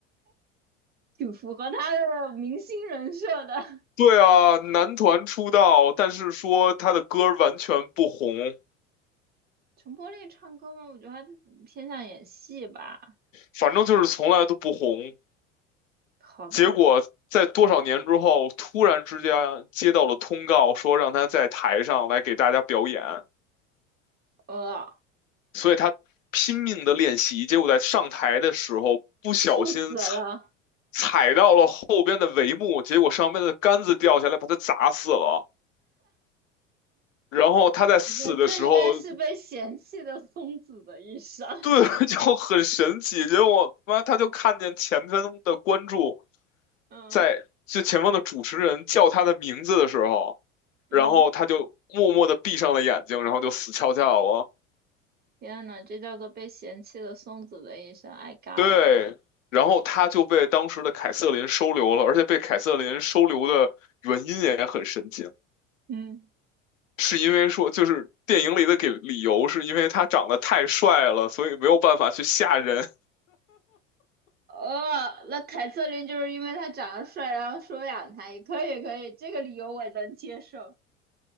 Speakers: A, on the right (about 25°); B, on the left (about 80°).
A: 挺符合他的明星人设的。
B: 对啊，男团出道，但是说他的歌儿完全不红，
A: 陈柏霖唱歌吗？我觉得他偏向演戏吧。
B: 反正就是从来都不红。
A: 好吧，
B: 结果在多少年之后，突然之间接到了通告，说让他在台上来给大家表演，
A: 呃，
B: 所以他拼命的练习，结果在上台的时候不小心踩
A: 猝死了。
B: 踩到了后边的帷幕，结果上面的杆子掉下来，把他砸死了。然后他在死的时候，
A: 这这应该是被嫌弃的松子的一生。
B: 对，<laughs> 就很神奇，结果妈他就看见前方的观众
A: <laughs> 嗯
B: 在就前方的主持人叫他的名字的时候，
A: 嗯，
B: 然后他就默默的闭上了眼睛，然后就死翘翘了。
A: 天呐，这叫做被嫌弃的松子的一生。I got
B: 对，
A: it。
B: 然后他就被当时的凯瑟琳收留了，而且被凯瑟琳收留的原因也很神奇，
A: 嗯，
B: 是因为说就是电影里的给理由是因为他长得太帅了，所以没有办法去吓人。
A: 呃，那凯瑟琳就是因为他长得帅，然后收养他，也可以可以，这个理由我能接受。